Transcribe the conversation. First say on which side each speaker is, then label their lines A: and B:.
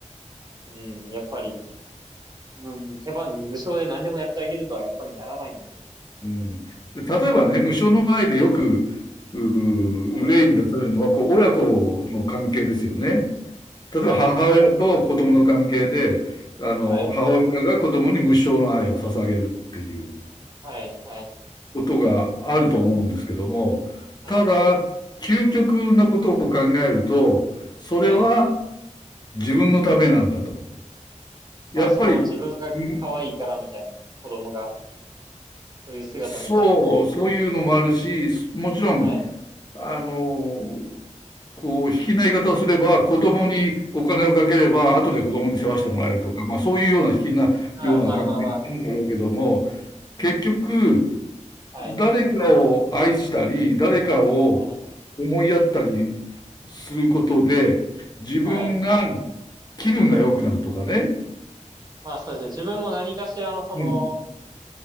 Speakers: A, on the right; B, on the left.
A: うん、やっぱり、うん、手番無償で何でもやってあげるとはやっぱりならないんで。
B: うん。例えばね、無償の愛でよく、う、
A: はい、
B: 例に出されるのは、こう、親子の関係ですよね。例えば母親と子供の関係で、
A: はい、
B: あの、
A: はい、
B: 母親が子供に無償の愛を捧げるっていう
A: はい、はい、
B: ことがあると思うんですけども、
A: はい、
B: ただ、究極なことを考えると、それは
A: はい。
B: 自分のためなんだと。
A: まあ、
B: やっぱり、
A: その自分が可愛いからみたいな、
B: む
A: 子供が、そういう姿見たいからみたい
B: そう、そういうのもあるし、すもちろん、
A: な。はい。
B: あの、こう、卑近な言い方をすれば、子供にお金をかければ、
A: はい。
B: 後で子供に世話してもらえるとか、
A: はい
B: まあそういうような卑近なような関係になるんだろうけども、
A: ああ、まあまあま
B: 結局、
A: あ。はい。
B: 誰かを愛したり、誰かを思いやったり
A: はい。
B: することで、自分が
A: はい。
B: 気分が良くなるとかね。
A: まあそうですね。自分も何かしらのその、
B: うん、